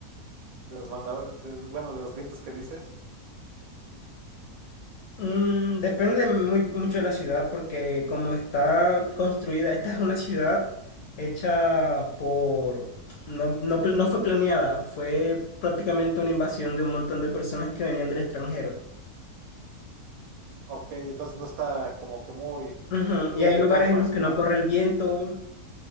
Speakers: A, on the right; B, on the left.
A: de los banda- de- bueno, de los vientos que dices.
B: Mm, depende muy, mucho de la ciudad porque como está construida, esta es una ciudad hecha por... No, no, pl- no fue planeada, fue prácticamente una invasión de un montón de personas que venían del extranjero.
A: Ok, entonces no está como que muy,
B: Ujú,
A: muy
B: Y hay
A: adecuada
B: lugares
A: para
B: en los
A: la ciudad.
B: que no corre el viento